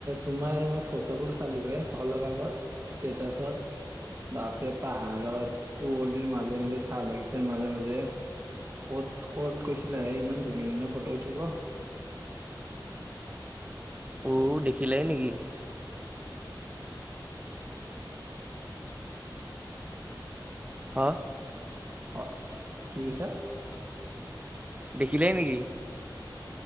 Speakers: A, on the right; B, on the right.
A: তোমাৰ মই ফটোবোৰ চালো হে অলপ আগত ষ্টেটাচত। বাপৰে! পাহাৰত কুঁৱলীৰ মাজে মাজে চাহ বাগিচাৰ মাজে মাজে ক'ত ক'ত গৈছিলা হে ইমান ধুনীয়া ধুনীয়া ফটো উঠিব?
B: অঔ দেখিলাই নেকি? হা?
A: সচ কি কৈছা?
B: দেখিলাই নেকি?